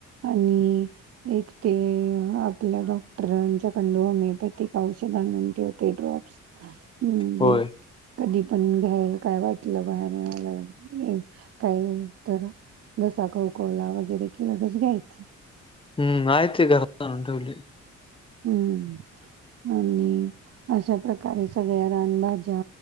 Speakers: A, on the right (about 50°); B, on the left (about 15°).
A: आणि. एक ते आपल्या डॉक्टरांच्या कडन होमिओपॅथिक औषध आणून ठेवत होते ड्रॉप्स. हूं जे.
B: होय
A: कधी पण घ्यायल काय वाटलं बाहेरुन आल्यावर काय. तर घसा कवकवला वगैरे की लगेच घ्यायचं.
B: हूं आहे ती घरात आणून ठेवली.
A: हूं आणि अशा प्रकारे सगळ्या रानभा ज्या